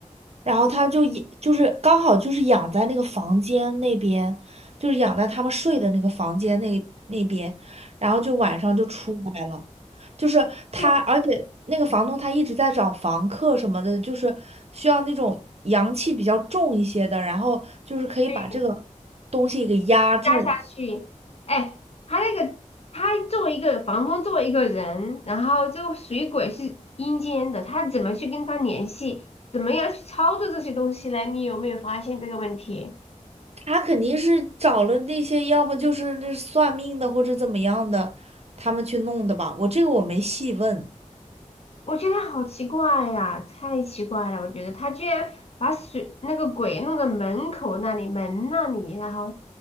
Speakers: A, on the right; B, on the left.
A: 然后他就也就是刚好就是养在那个房间那边，就是养在他们睡的那个房间那那边，然后就晚上就出来了，就是他，
B: <laughs>
A: 而且那个房东他一直在找房客什么的，就是需要那种阳气比较重一些的，然后就是可以把这个东西给压住。
B: 对压下去。哎，他那个他作为一个房东，作为一个人，然后就水鬼是阴间的，他怎么去跟他联系？怎么样去操作这些东西呢？你有没有发现这个问题？
A: 他肯定是找了那些，要么就是那算命的，或者怎么样的，他们去弄的吧。我这个我没细问，
B: 我觉得好奇怪呀，太奇怪了！我觉得他居然把水那个鬼弄到门口那里、门那里，然后